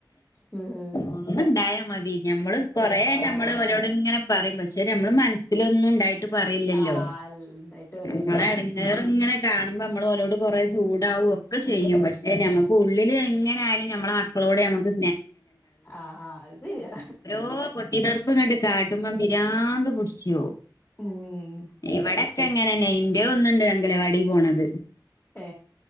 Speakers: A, on the left; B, on the left.
A: ഉം
B: ഒന്ന് ണ്ടായാ മതി ഞമ്മള് കൊറെ
A: ആഹ്
B: ഞമ്മള് ഓലോട് ഇങ്ങനെ പറിം പക്ഷെ ഞമ്മള് മൻസ്സിലൊന്നും ണ്ടായിട്ട് പറില്ലല്ലോ
A: ആഹ് ഇണ്ടായിട്ട് കാര്യല്ല
B: ഞമ്മളെ എടങ്ങേറ് ഇങ്ങനെ കാണ്മ്പ നമ്മൾ ഓലോട് കൊറെ ചൂടാവും ഒക്കെ ചെയ്യും
A: ഉം
B: പക്ഷെ ഞമ്മ ഉള്ള്ൽ എങ്ങനെയാലും ഞമ്മള മക്കളോട് നമുക്ക്
A: ആഹ് ആഹ് അഹ് സരിയാ.
B: ഓഹ് പൊട്ടി തർപ്പ് ങ്ങട്ട് കാട്ടുമ്പം പിരാന്ത് പുട്ച്ചോ?
A: ഉം
B: ഇവിടൊക്കെ അങ്ങനെന്നെ ഇന്റെ ഒന്നുണ്ട് അങ്കലവാടി പോണത്.
A: ഏ